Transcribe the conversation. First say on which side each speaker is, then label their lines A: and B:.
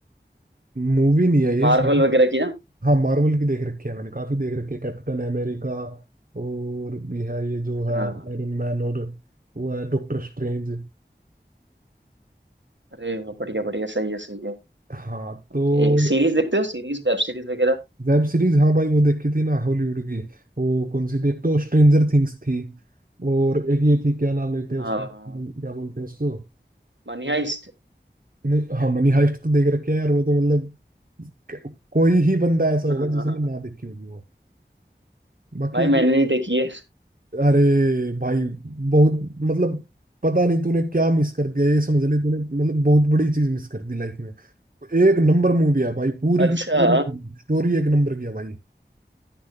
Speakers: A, on the right; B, on the right.
A: मूवी नहीं है ये
B: मार्वल
A: शायद
B: वगैरह की ना
A: हाँ मार्वल की देख रखी है मैंने काफी देख रखी है कैप्टन अमेरिका और भी है ये जो है
B: हाँ
A: आयरन मैन और वो है डॉक्टर स्ट्रेंज
B: अरे वाह, बढ़िया बढ़िया सही है सही है
A: हाँ तो
B: ओके सीरीज देखते हो सीरीज वेब सीरीज वगैरह
A: वेब सीरीज हाँ भाई वो देखी थी ना हॉलीवुड की वो कौन सी थी एक तो स्ट्रेंजर थिंग्स थी और एक ये थी क्या नाम लेते हैं
B: हाँ
A: उसका हम क्या बोलते हैं उसको
B: Money heist
A: नहीं हाँ मनी हाइस्ट तो देख रखे है यार वो तो मतलब क- कोई ही बंदा
B: <laughs>
A: ऐसा
B: भाई
A: होगा जिसने ना देखी होगी वो बाकी
B: मैंने
A: एक
B: नहीं देखी है
A: अरे भाई बहुत मतलब पता नहीं तूने क्या मिस कर दिया ये समझ ले तूने मतलब बहुत बड़ी चीज मिस कर दी लाइफ में एक नंबर मूवी है भाई पूरी
B: अच्छा
A: की पूरी स्टोरी एक नंबर की है भाई